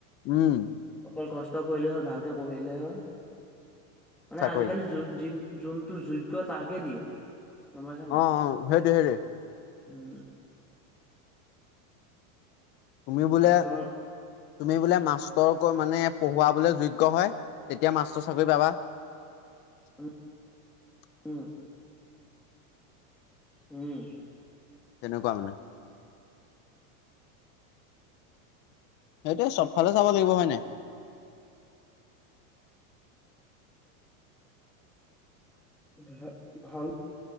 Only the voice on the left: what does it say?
উম।
চাকৰি
অ অ হেতোয়ে হেতোয়ে।
তুমি বোলে
তুমি বোলে মা। ইচৰক মানে পঢ়োৱা বলে যোগ্য হয় তেতিয়া মাস্তৰ চাকৰি পাবা। <unintelligible>
তেনেকুৱা মানে। সেইটোৱে চবফালে চাব লাগিব হয় নাই।